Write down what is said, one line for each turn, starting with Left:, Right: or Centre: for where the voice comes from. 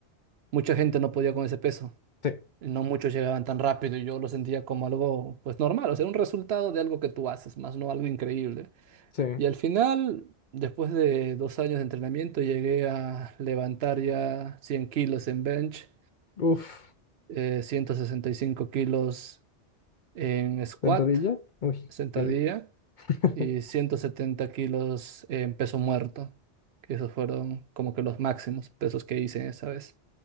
Right: mucha gente no podía con ese peso.
Left: sí,
Right: y No muchos llegaban tan rápido y yo lo sentía como algo pues normal, o sea, un resultado de algo que tú haces, más no algo increíble.
Left: sí.
Right: Y al final, después de dos años de entrenamiento, llegué a levantar ya 100 kilos en bench
Left: Uf,
Right: eh, 165 kilos en squat,
Left: sentadilla. Uy,
Right: sentadilla,
Left: qué rico. <laughs>
Right: y 170 kilos en peso muerto. que Esos fueron como que los máximos pesos que hice esa vez.